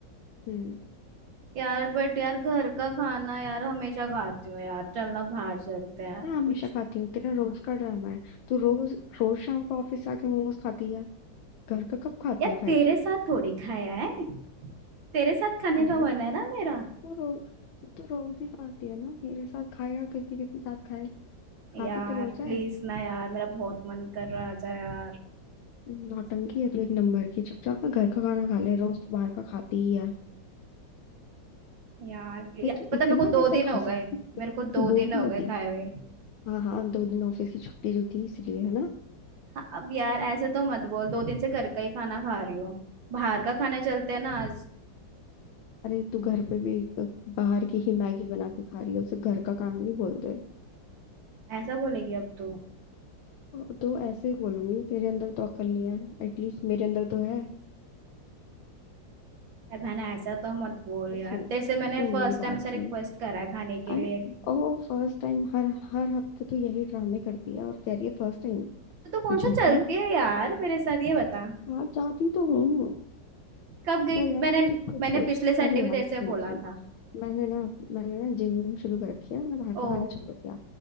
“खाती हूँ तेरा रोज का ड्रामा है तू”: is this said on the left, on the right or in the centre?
Left